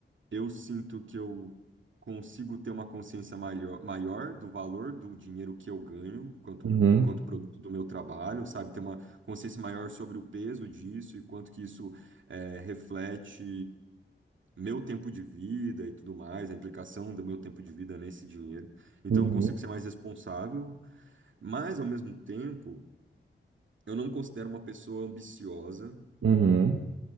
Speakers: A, on the right (about 65°); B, on the right (about 85°).
A: eu sinto que eu consigo ter uma consciência maior, maior do valor do dinheiro que eu ganho quanto,
B: Uhum,
A: enquanto produto do meu trabalho, sabe? Ter uma consciência maior sobre o peso disso e quanto que isso eh, reflete meu tempo de vida e tudo mais, a implicação do meu tempo de vida nesse dinheiro. Então
B: uhum,
A: eu consigo ser mais responsável, mas ao mesmo tempo eu não me considero uma pessoa ambiciosa
B: uhum,